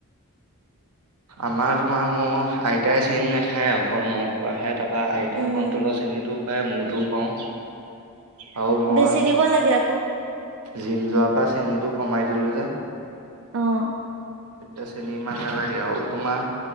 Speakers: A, on the right; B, on the right.
A: আমাৰ তোমাৰ, মোৰ আইতাই চেনী নাখায় অকল ম, পৰা খত তাৰ পৰাৰা আইতা
B: উম
A: কন্তুল শ্ৰেণীটোও পায়, মূটোও পাওঁ। আৰু মই
B: বেছি দিব লাগে, আকৌ।
A: জিম যোৱাৰ পৰা চেনীটো কমাই দিলো যে।
B: আহ।
A: এতিয়া চিনি ইমান নালাগে আৰু তোমাৰ।